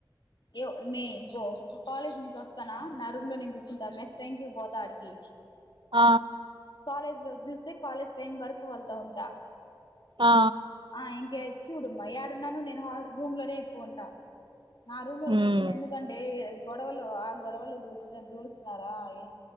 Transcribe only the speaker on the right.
ఆ
ఆ
ఉమ్